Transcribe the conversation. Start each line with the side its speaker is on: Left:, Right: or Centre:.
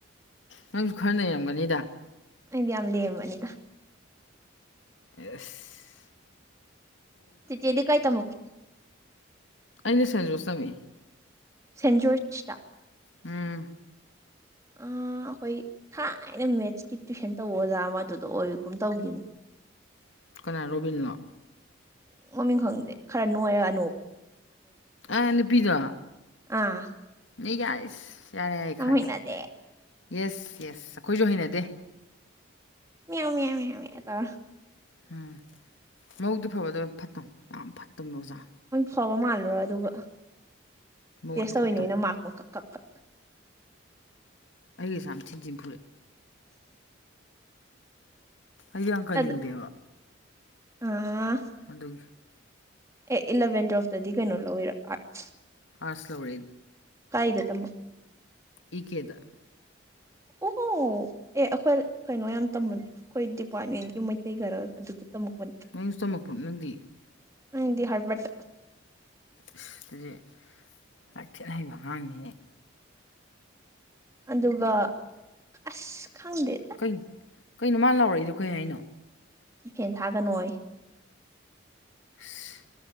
Left: ꯅꯪꯁꯨ ꯈꯔ ꯅꯩꯔꯝꯒꯅꯤꯗ
Right: ꯑꯗꯤ ꯌꯥꯝ ꯂꯦꯝꯕꯅꯤꯗ
Left: ꯌꯦꯁ
Right: ꯇꯆꯦꯗꯤ ꯀꯥꯏ ꯇ ꯃꯛꯦ
Left: ꯑꯩꯅ ꯁꯟꯖꯣꯁ ꯇꯝꯃꯤ
Right: ꯁꯦꯟꯖꯣꯔꯇ
Left: ꯎꯝ
Right: ꯑ ꯑꯩꯈꯣꯏ ꯊꯥꯏꯅ ꯃꯦꯠꯁꯀꯤ ꯇꯨꯋꯏꯁꯟ ꯇꯧ ꯑꯣꯖꯥ ꯃꯗꯨꯗ ꯑꯣꯏꯒꯨꯝ ꯇꯧꯈꯤꯕꯅꯦ
Left: ꯀ ꯔꯣꯕꯤꯟꯅ
Right: ꯎ ꯃꯃꯤꯡ ꯈꯪꯗꯦ ꯈꯔ ꯅꯣꯏꯔꯒ
Left: ꯑ ꯅꯨꯄꯤꯗ
Right: ꯑꯥ
Left: ꯃꯤ ꯀꯁ ꯌꯥꯔꯦ ꯌꯥꯔ
Right: ꯌꯥꯝ
Left: ꯈꯪꯒꯦ
Right: ꯍꯩꯅꯗꯦ
Left: ꯌꯦꯁ ꯌꯦꯁ ꯑꯩꯈꯣꯏꯁꯨ ꯍꯩꯅꯗꯦ
Right: ꯌꯥꯝ ꯌꯥꯝ ꯌꯥꯝ ꯇ
Left: ꯎꯝ ꯃꯧꯗꯤ ꯐꯕꯗ ꯌꯥꯝ ꯐꯠꯇ ꯌꯥꯝ ꯐꯠꯇꯕ ꯑꯣꯖꯥꯅꯤ
Right: ꯐꯥꯎꯕ ꯃꯥꯜꯂꯨꯔꯣ ꯑꯗꯨꯒ
Left: ꯃꯧ
Right: ꯇꯦꯁ
Left: ꯌꯥꯝ
Right: ꯇꯧꯔꯤꯅꯦ
Left: ꯐꯠꯇꯝ
Right: ꯑꯅ ꯃꯥꯔꯛ ꯄꯨꯛ ꯀꯛ ꯀꯛ ꯀꯛ
Left: ꯑꯩꯒꯤꯁꯥ ꯌꯥꯝ ꯊꯤꯟꯖꯤꯟ ꯐꯨꯨꯔꯛꯏ ꯑꯩꯗꯤ ꯑꯪꯀꯥ
Right: ꯑꯗ
Left: ꯂꯤꯡꯗꯦꯕ
Right: ꯑꯥ
Left: ꯑꯗꯨꯒꯤ
Right: ꯑꯦ ꯏꯂꯚꯦꯟ ꯇꯨꯋꯦꯜꯐꯇꯗꯤ ꯀꯩꯅꯣ ꯂꯧꯋꯔ ꯑꯥꯠ
Left: ꯑꯁꯂ ꯎꯔꯤ
Right: ꯀꯥꯏꯗ ꯇꯃ
Left: ꯏ ꯀꯦꯗ
Right: ꯑꯣꯍꯣ ꯑꯦ ꯑꯩꯈꯣꯏ ꯀꯩꯅꯣ ꯌꯥꯝ ꯇꯝꯕꯅꯦ ꯑꯩꯈꯣꯏ ꯗꯤꯄꯥꯔꯠꯃꯦꯟꯒꯤ ꯃꯩꯇꯩ ꯈꯔ ꯑꯗꯨꯗ ꯇꯝꯃꯛꯄꯅꯦ
Left: ꯅꯪ ꯏꯁꯇꯃꯛꯄ꯭ꯔꯠ ꯅꯪꯗꯤ
Right: ꯑꯗꯤ ꯍꯥꯏꯔꯕꯠ
Left: ꯑꯗꯨꯗꯤ ꯉꯥꯛꯊꯤꯠꯅ ꯍꯩꯕ ꯑꯉꯥꯡꯅꯤ
Right: ꯑꯗꯨꯒ ꯑꯁ ꯈꯪꯗꯦ
Left: ꯀꯩꯅꯣ ꯀꯩꯅꯣ ꯃꯥ ꯂꯥꯎꯔꯛꯏꯗꯣ ꯀꯩ ꯍꯥꯏꯅꯣ
Right: ꯐꯦꯟ ꯊꯥꯒꯅꯣꯏ
Left: ꯑꯁ